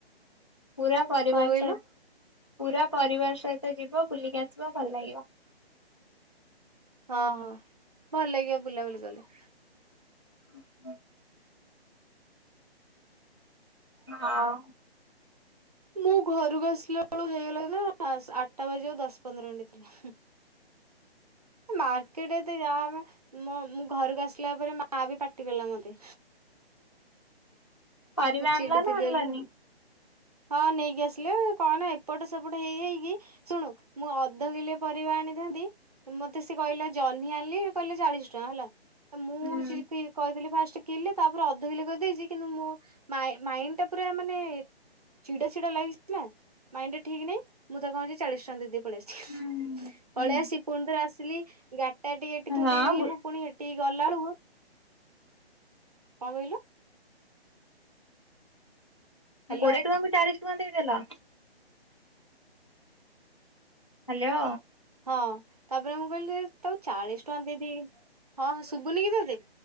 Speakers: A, on the left; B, on the right.
A: ପୁରା ପରିବାର
B: କଣ କହିଲ?
A: ସହିତ ପୁରା ପରିବାର ସହିତ ଯିବ ବୁଲିକି ଆସିବ ଭଲ ଲାଗିବ।
B: ହଁ ହଁ ଭଲ ଲାଗିବ ବୁଲାବୁଲି କଲେ।
A: ହ ହଁ ଆଉ
B: ମୁଁ ଘରକୁ ଆସିଲା ବେଳ ହେଇଗଲା ନା ଆଠଟା ବାଜି ଆଉ ଦଶ ପନ୍ଦର ମିନିଟ ଥିଲା। ମା ମାର୍କେଟେ ଏତେ ଯାମେ ମ ମୁଁ ଘରକୁ ଆସିଲା ପରେ ମା ବି ପାଟି ଗଲା ମତେ।
A: ପରିବା
B: ମୁଁ ଚିଡୁଥିଲି
A: ଆଣିଲ ନା ଆଣିଲନି।
B: ବୋଲି ହଁ ନେଇକି ଆସିଲେ କଣ ନା ଏପଟ ସେପଟ ହେଇହେଇକି। ଶୁଣୁ ମୁଁ ଅଧ କିଲୋ ପରିବା ଆଣିଥାନ୍ତି। ମତେ ସେ କହିଲା ଜହ୍ନି ଆଣିଲି କହିଲା ଚାଳିଶ ଟଙ୍କା ହେଲା ମୁଁ
A: ହୁଁ
B: ହଉଛି କହିଥିଲି ଫାଷ୍ଟ କିଲେ ତାପରେ ଅଧ କିଲୋ କରିଦେଇଛି କିନ୍ତୁ ମୋ ମାଇଣ୍ଡ ଟା ପୁରା ମାନେ ଚିଡାଚିଡା ଲାଗିଛି ନା ମାଇଣ୍ଡଟା ଠିକ ନାଇଁ ମୁଁ ତା କଛି ଚାଳିଶ ଟଙ୍କା ଦେଇଦେଇ ପଳେଇ ଆସିଛି।
A: ହୁଁ ହୁଁ
B: ପଳେଇଆସି ପୁଣି ରେ ଆସିଲି ଗା ସେ ଟିକେ ଏଠି ଥୋଇ
A: ହଁ
B: ଦେଇଦି ମୁଁ ପୁଣି ସେଠିକି ଗଲାବେଳେକୁ କୁ କଣ କହିଲୁ? ହ୍ୟାଲୋ
A: କୋଡିଏ ଟଙ୍କାଙ୍କୁ ବି ଚାଳିଶ ଟଙ୍କା ଦେଇଦେଲ। ହ୍ୟାଲୋ।
B: ହଁ ତାପରେ ମୁଁ କହିଲି ଯେ ତାକୁ ଚାଳିଶ ଟଙ୍କା ଦେଇଦିି ହଁ ଶୁଭୁନି କି ତତେ?